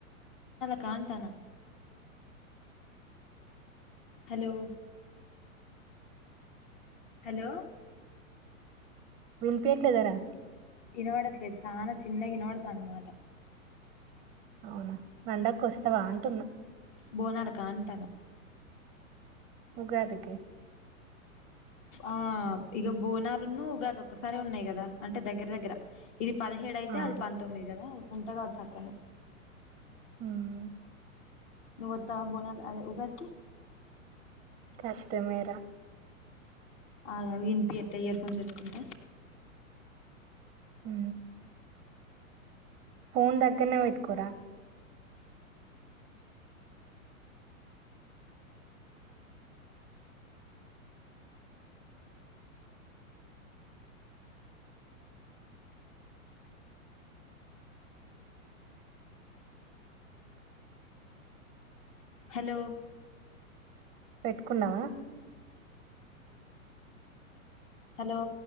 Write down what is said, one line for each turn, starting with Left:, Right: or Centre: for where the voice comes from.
Left: అలక అంటనా హలో హలో
Right: వినిపియట్లేదరా
Left: వినవడట్లేదు చాలా చిన్నగా వినవడుత మాట
Right: అవునా పండుగకు వస్తావా అంటున్నా
Left: బోనాల కా అంటాను
Right: ఉగాదికి
Left: ఆ ఈగ బోనాలును ఉగాది ఒకసారే ఉన్నాయి కదా అంటే దగ్గర దగ్గర ఇది పదిహేడు అయితే
Right: ఆ
Left: అది పంతొమ్మిది కదా ఉంట కావచ్చు అక్కనే
Right: హ్మ్మ్
Left: నువ్వుత్తవా బోనాల అదే ఉగాదికి
Right: కష్ట మేరా
Left: అలా వినిపియ్యట్లే ఇయర్ ఫోన్స్ పెట్టుకుంటా
Right: హ ఫోన్ దగ్గరనే పెట్టుకోరా
Left: హలో
Right: పెట్టుకున్నావా
Left: హలో